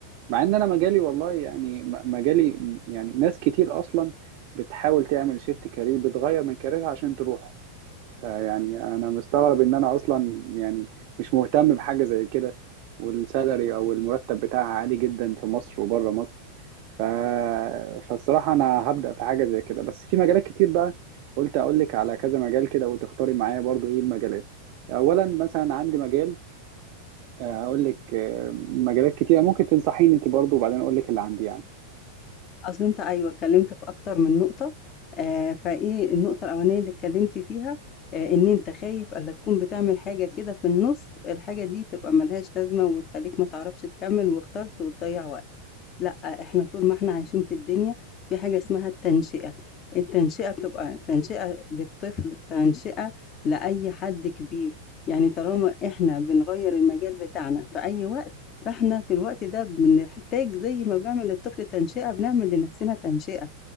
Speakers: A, on the right; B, on the left.
A: مع ان انا مجالي والله يعني م- مجالي م- يعني ناس كتير اصلا بتحاول تعمل شيفت كارير بتغير من كاريرها عشان تروحه فيعني انا مستغرب ان انا اصلا يعني مش مهتم بحاجه زي كده والسالري او المرتب بتاعها عالي جدا في مصر وبره مصر ف... فالصراحه انا هبدا في حاجه زي كده بس في مجالات كتير بقى قلت اقول لك على كذا مجال كده وتختاري معايا برضو ايه المجالات اولا مثلا عندي مجال آه، هقول لك آه، مجالات كتيرة ممكن تنصحيني انت برضو وبعدين اقول لك اللي عندي يعني
B: أصل أنت أيوه، اتكلّمت في أكتر من نقطة، آآ فإيه النقطة الأولانية اللي اتكلّمت فيها، آآ إن أنت خايف ألّا تكون بتعمل حاجة كده في النُص، الحاجة دي تبقى ما لهاش لازمة وتخلّيك ما تعرفش تكمّل واخترت وتضيّع وقتك. لأ، إحنا طول ما إحنا عايشين في الدنيا في حاجة اسمها التنشئة، التنشئة بتبقى تنشئة للطفل، تنشئة لأي حد كبير، يعني طالما إحنا بنغيّر المجال بتاعنا في أي وقت فإحنا في الوقت ده بنحتاج زي ما بنعمل للطفل تنشئة، بنعمل لنَفْسنا تنشئة،